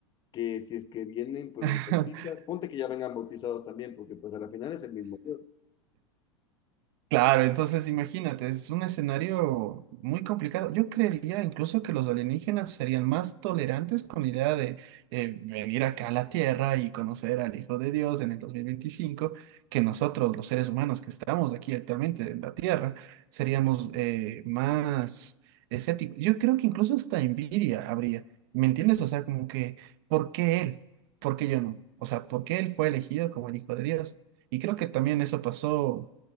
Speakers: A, on the left; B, on the right.
A: que si es que vienen, pues
B: <laughs>
A: los bautiza. Ponte que ya vengan bautizados también, porque pues a la final es el mismo Dios.
B: Claro, entonces imagínate, es un escenario muy complicado. Yo creería incluso que los alienígenas serían más tolerantes con la idea de eh, venir acá a la Tierra y conocer al Hijo de Dios en el dos mil veinticinco que nosotros, los seres humanos que estamos aquí actualmente en la Tierra, seríamos eh, más escépticos. Yo creo que incluso hasta envidia habría, ¿me entiendes? O sea, como que, ¿por qué él? ¿Por qué yo no? O sea, ¿por qué él fue elegido como el Hijo de Dios? Y creo que también eso pasó